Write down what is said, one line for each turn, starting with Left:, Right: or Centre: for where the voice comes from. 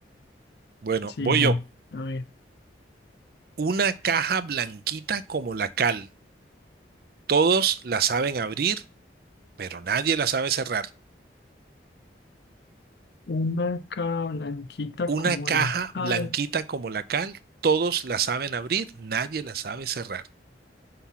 Right: Bueno,
Left: sí,
Right: voy
Left: sí,
Right: yo.
Left: a ver,
Right: Una caja blanquita como la cal. Todos la saben abrir, pero nadie la sabe cerrar.
Left: una cara blanquita
Right: Una
Left: como
Right: caja
Left: la cal.
Right: blanquita como la cal. Todos la saben abrir, nadie la sabe cerrar.